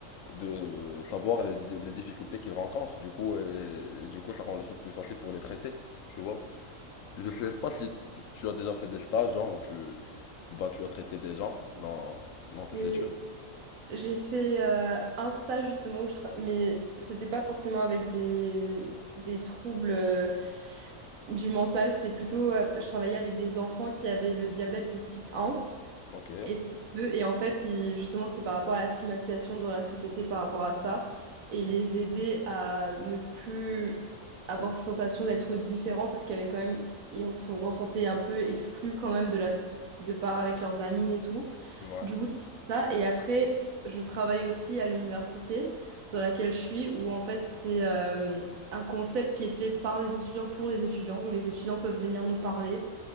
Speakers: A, on the left; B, on the right.
A: de savoir les, les difficultés qu'ils rencontrent, du coup, et, et du coup, ça rend le truc plus facile pour les traiter, tu vois. Je sais pas si t- tu as déjà fait des stages, genre, où tu, bah, tu as traité des gens dans, dans tes
B: J'ai
A: études.
B: j'ai fait euh, un stage justement où je tra- mais c'était pas forcément avec des, des troubles euh, du mental, c'était plutôt euh, je travaillais avec des enfants qui avaient le diabète de type 1.
A: Ok,
B: Et type 2, et en fait, il- justement, c'était par rapport à la stigmatisation dans la société par rapport à ça, et les aider à ne plus avoir cette sensation d'être différents, parce qu'il y avait quand même, ils se ressentaient un peu exclus quand même de la, de part avec leurs amis et tout.
A: ouais,
B: Du coup, je fais ça, et après, je travaille aussi à l'université dans laquelle je suis, où en fait, c'est euh, un concept qui est fait par les étudiants pour les étudiants, où les étudiants peuvent venir nous parler